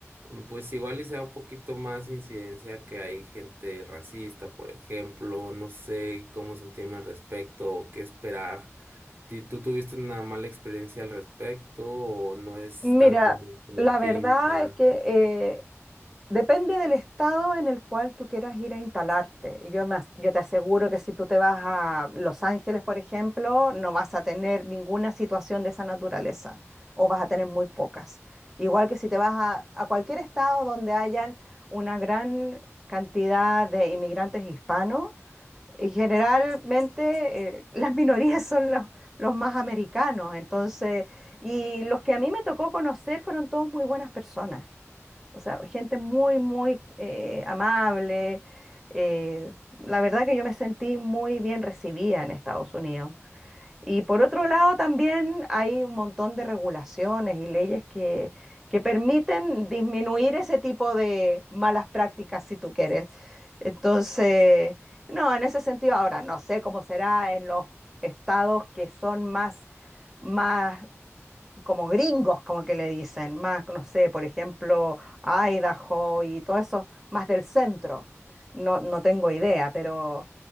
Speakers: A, on the right; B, in the centre.
A: mm, pues igual y sea un poquito más incidencia que hay gente racista, por ejemplo, no sé cómo sentirme al respecto o qué esperar. Ti- ¿Tú tuviste una mala experiencia al respecto o no es
B: Mira,
A: tan común como
B: la verdad
A: pintan?
B: es que eh, depende del estado en el cual tú quieras ir a instalarte. Y Yo, me as- yo te aseguro que si tú te vas a Los Ángeles, por ejemplo, no vas a tener ninguna situación de esa naturaleza o vas a tener muy pocas. Igual que si te vas a, a cualquier estado donde hayan una gran cantidad de inmigrantes hispanos, y generalmente eh, las minorías son los, los más americanos, entonces, y los que a mí me tocó conocer fueron todos muy buenas personas, o sea, gente muy, muy eh, amable. eh, la verdad que yo me sentí muy bien recibida en Estados Unidos. Y por otro lado, también hay un montón de regulaciones y leyes que, que permiten disminuir ese tipo de malas prácticas, si tú quieres. Entonces, no, en ese sentido, ahora no sé cómo será en los estados que son más, más como gringos, como que le dicen, más, no sé, por ejemplo, Idaho y todo eso, más del centro. No, no tengo idea, pero,